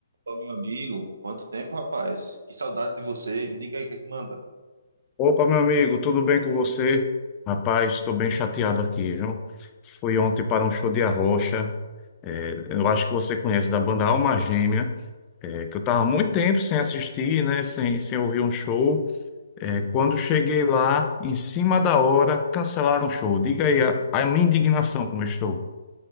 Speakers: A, on the right; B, on the left.
A: Opa, meu amigo, quanto tempo, rapaz? Que saudade de você. Me diga aí o que é que manda.
B: Opa, meu amigo, tudo bem com você? Rapaz, estou bem chateado aqui, viu? Fui ontem para um show de Arrocha, é, eu acho que você conhece, da banda Alma Gêmea, é, que eu estava muito tempo sem assistir, né, sem, sem ouvir um show. É, quando cheguei lá, em cima da hora, cancelaram o show. Diga aí a, a minha indignação como eu estou.